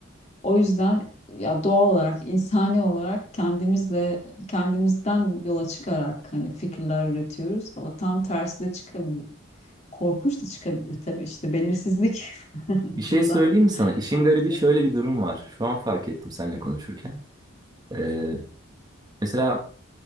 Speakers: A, on the left (about 30°); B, on the right (about 20°).
A: O yüzden ya doğal olarak, insani olarak kendimizle kendimizden yola çıkarak hani fikirler üretiyoruz ama tam tersi de çıkabilir. Korkunç da çıkabilir tabii işte belirsizlik <laughs> burada
B: Bir şey söyleyeyim mi sana? İşin
A: maalesef.
B: garibi şöyle bir durum var. Şu an fark ettim seninle konuşurken. E, mesela